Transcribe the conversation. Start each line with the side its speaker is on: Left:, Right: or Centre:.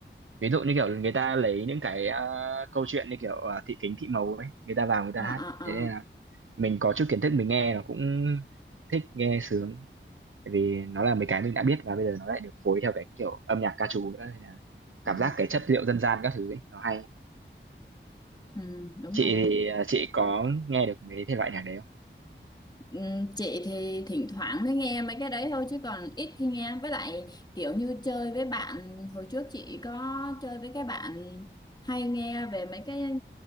Right: ví dụ như kiểu người ta lấy những cái ờ, câu chuyện như kiểu ờ, thị kính thị màu ấy người ta vào người ta
Left: ờ
Right: hát
Left: ờ ờ
Right: thế nên là mình có chút kiến thức mình nghe nó cũng thích nghe sướng tại vì nó là mấy cái mình đã biết và bây giờ nó lại được phối theo cái kiểu âm nhạc ca trù nữa nên là cảm
Left: ừ
Right: giác cái chất liệu dân gian các thứ ấy nó hay
Left: ừ đúng
Right: chị
Left: rồi
Right: thì à, chị có nghe được mấy thể loại nhạc đấy không
Left: Ừm, chị thì thỉnh thoảng mới nghe mấy cái đấy thôi chứ còn ít khi nghe với lại kiểu như chơi với bạn hồi trước chị có chơi với cái bạn hay nghe về mấy cái